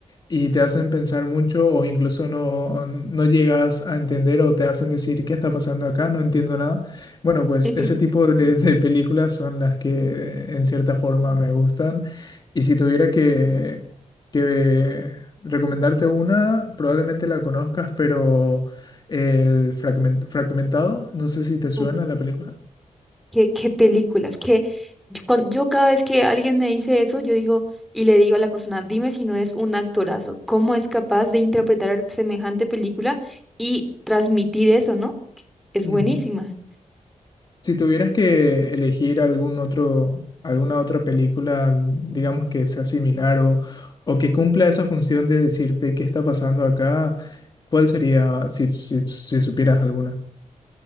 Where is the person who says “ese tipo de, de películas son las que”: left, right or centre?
Left